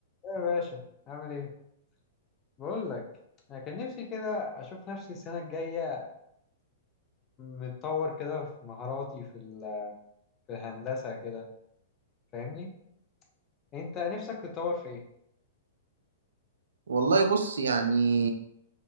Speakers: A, on the left; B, on the right.
A: إيه يا باشا عامل ايه بقول لك انا كان نفسي كده اشوف نفسي السنه الجايه متطور كده في مهاراتي في ال- في الهندسه كده فاهمني انت نفسك تتطور في ايه
B: والله بص يعني